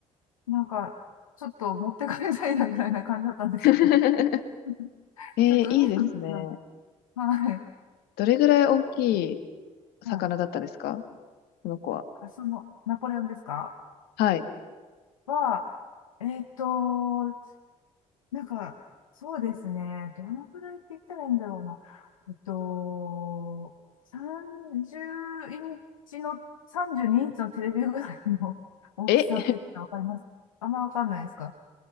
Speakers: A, on the left; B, on the left.
A: なんか、ちょっと持って帰りたいなぐらいな感じだったんですけど、
B: <laughs>
A: <laughs>
B: えー、
A: ちょっと海の中なんで、
B: いいですね。
A: はい。
B: どれぐらい大きい魚だったですか
A: はい
B: この子は。
A: あ、その、ナポレオンですか
B: はい。
A: は、えーっと、なんか、そうですね。どのくらいって言ったらいいんだろうな。えっと、30インチの、32インチのテレビぐらいの <laughs> 大きさって言ったらわかりますあんまわかんないですか
B: え、